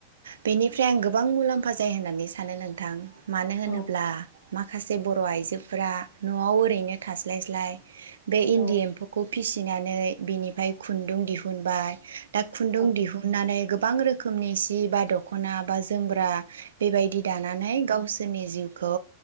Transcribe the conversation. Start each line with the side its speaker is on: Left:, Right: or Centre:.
Right: बेनिफ्राय आं गोबां मुलाम्फा बाद जायो होननानै सानो नोंथां? मानो होनोब्ला
Left: औ
Right: माखासे जे बर' आइजोफोरा न'आव ओरैनो थास्लायस्लाय बे इन्दि
Left: औ
Right: एम्फौखौ फिसिनानै बिनिफ्राय खुन्दुं दिहुनबाय दा खुन्दुं
Left: औ
Right: दिहुननानै गोबां रोखोमनि सि बा दख'ना बा जोमग्रा बेबायदि दानानै गावसोरनि जिउ खौ